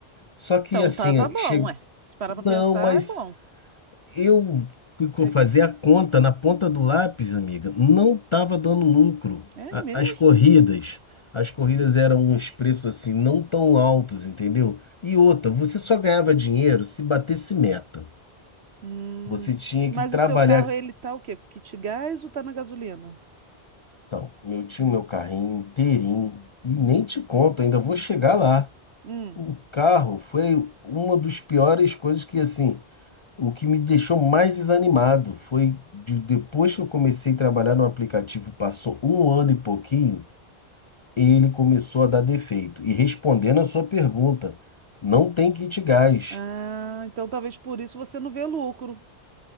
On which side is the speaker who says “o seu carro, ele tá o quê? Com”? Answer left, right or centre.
Right